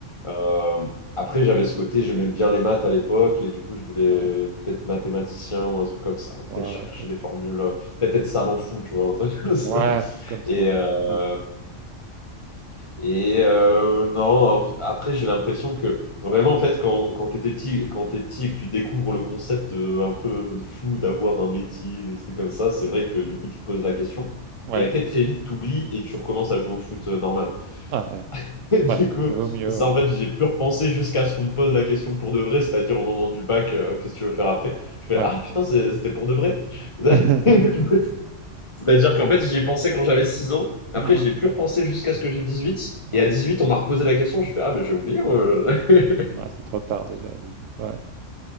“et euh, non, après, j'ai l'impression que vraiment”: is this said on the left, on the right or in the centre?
Left